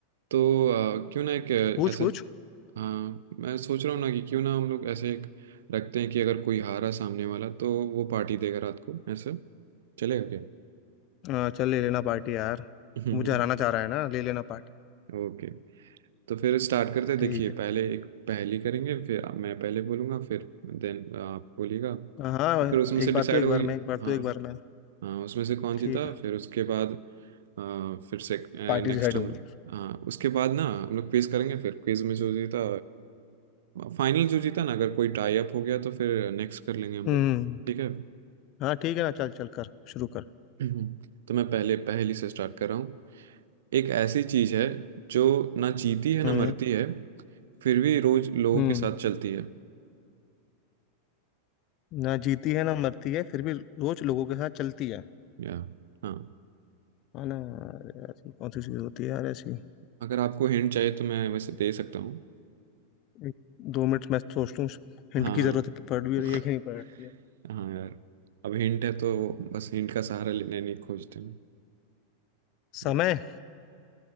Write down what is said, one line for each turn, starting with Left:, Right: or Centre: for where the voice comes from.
Right: तो आ, क्यों ना एक
Left: पूछ
Right: आ, ऐसा
Left: पूछ
Right: हाँ मैं सोच रहा हूँ ना कि क्यों ना हम लोग ऐसे एक रखते हैं कि अगर कोई हारा सामने वाला तो वो पार्टी देगा रात को ऐसा चलेगा क्या
Left: हाँ, चल ले लेना पार्टी यार तू
Right: <laughs>
Left: मुझे हराना चाह रहा है ना ले लेना पार्टी
Right: ओके तो फिर स्टार्ट करते हैं।
Left: ठीक
Right: देखिए
Left: है
Right: पहले एक पहेली करेंगे फिर मैं पहले बोलूँगा फिर देन आप बोलिएगा और
Left: हाँ हाँ,
Right: फिर उसमें से
Left: एक
Right: डिसाइड
Left: बार तू एक
Right: होगी
Left: बार मैं एक बार
Right: हाँ
Left: तू एक बार मैं
Right: हाँ उसमें से कौन जीता
Left: ठीक है
Right: फिर उसके बाद अ, फिर से
Left: पार्टी
Right: नेक्स्ट
Left: डिसाइड
Right: हम
Left: होगी
Right: लोग हाँ उसके बाद ना हम लोग क्विज करेंगे फिर क्विज में जो जीता फाइनल जो जीता ना अगर कोई टाई अप हो गया तो फिर नेक्स्ट कर लेंगे हम
Left: हम्म
Right: लोग ठीक है
Left: हाँ ठीक है ना चल चल कर शुरू कर
Right: हम्म, तो मैं पहले पहेली से स्टार्ट कर रहा हूँ एक ऐसी चीज है जो ना जीती है ना
Left: हम्म
Right: मरती है फिर भी रोज लोगों
Left: हम्म
Right: के साथ चलती है
Left: ना जीती है ना मरती है फिर भी रोज लोगों के साथ चलती है
Right: या हाँ
Left: है ना अरे यार, ये कौन सी चीज होती है यार ऐसी
Right: अगर आपको हिंट चाहिए तो मैं वैसे दे सकता हूँ
Left: एक- दो मिनट मैं सोच लूँ हिंट
Right: हाँ
Left: की
Right: हाँ
Left: जरूरत है पढ़ भी
Right: <laughs>
Left: रही है कि नहीं पढ़ रही है
Right: हाँ यार अब हिंट है तो बस हिंट का सहारा लेने नहीं खोजते हैं
Left: समय
Right: ओए,